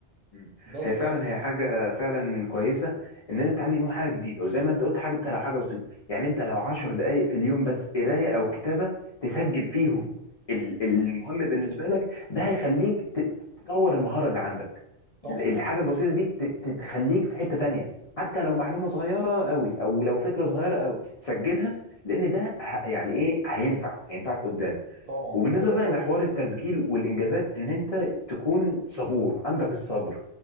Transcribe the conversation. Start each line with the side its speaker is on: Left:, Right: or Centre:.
Left: مم.
Right: بس
Left: هي فعلا
Right: يعني
Left: هي حاجة فعلا كويسة إن أنت تتعلم يوم حاجة جديدة وزي ما أنت قلت حاجة أنت لو حاجة بسيطة يعني أنت لو عشر دقايق في اليوم بس قراية أو كتابة تسجل فيهم ال- المهم بالنسبة لك ده هيخليك ت- تطور المهارة اللي عندك
Right: طبعا
Left: ال- الحاجة البسيطة دي ت- ت- تخليك في حتة تانية حتى لو معلومة صغيرة قوي أو لو فكرة صغيرة قوي سجلها لأن ده ه- يعني إيه هينفع هينفعك قدام
Right: طبعا
Left: وبالنسبه
Right: وبرضه
Left: بقى لحوار التسجيل والانجازات ان انت تكون صبور عندك الصبر